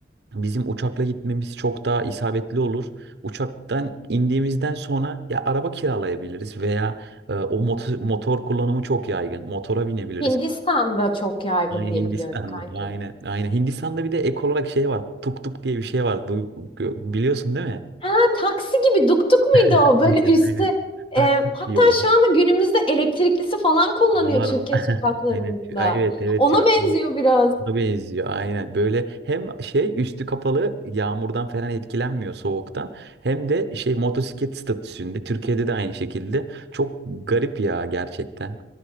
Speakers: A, on the right (about 65°); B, on the left (about 30°).
A: Bizim uçakla gitmemiz çok daha isabetli olur. Uçaktan indiğimizden sonra ya araba kiralayabiliriz veya e, o motor, motor kullanımı çok yaygın. Motora binebiliriz.
B: Hindistan'da çok yaygın
A: Aynen
B: diye
A: Hindistan'da.
B: biliyorum kanka.
A: Aynen. Aynen. Hindistan'da bir de ek olarak şey var. Tuk tuk diye bir şey var. Bu, gö- biliyorsun değil mi?
B: Ha, taksi gibi duktuk muydu
A: <laughs>
B: o? Böyle
A: Aynen
B: üstte
A: aynen. Tak
B: e,
A: tuk
B: hatta
A: diyorlar.
B: şu anda günümüzde elektriklisi falan kullanıyor
A: Var
B: Türkiye
A: var. <laughs>
B: sokaklarında.
A: Aynen. Tü- Evet evet
B: Ona
A: Türk.
B: benziyor biraz.
A: Buna benziyor aynen. Böyle hem şey üstü kapalı yağmurdan falan etkilenmiyor soğuktan. Hem de şey motosiklet statüsünde Türkiye'de de aynı şekilde. Çok garip ya gerçekten.